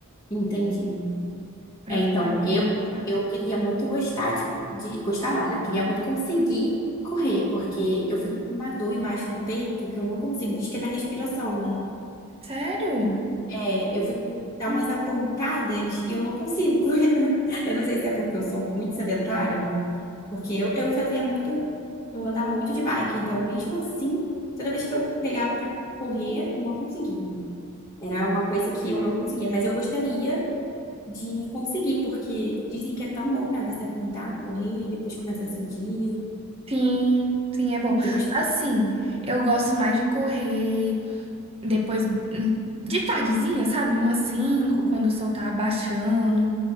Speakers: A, on the left (about 15°); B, on the right (about 25°).
A: Entendi.
B: Pra
A: É,
B: ficar
A: então,
B: mais
A: eu
B: balanceado.
A: eu queria muito gostar de, de- gostar não, né? Queria muito conseguir correr, porque eu fico com uma dor embaixo do peito que eu não consigo, diz que é da respiração, né?
B: Sério?
A: É, eu fico dá
B: Hum.
A: umas apontadas e eu não consigo correr. <laughs> Eu não sei se é porque eu sou muito sedentária, porque eu, eu fazia muito, eu andava muito de bike, então mesmo assim, toda vez que eu pegava pra correr, eu não conseguia. Era uma coisa que eu não conseguia, mas eu gostaria de conseguir, porque dizem que é tão bom, né? Você acordar, correr, depois começar seu dia.
B: Sim, sim, é bom.
A: Você cons-
B: Assim, eu gosto mais de correr. Depois hum, de tardezinha, sabe? Umas 5 quando o sol tá abaixando.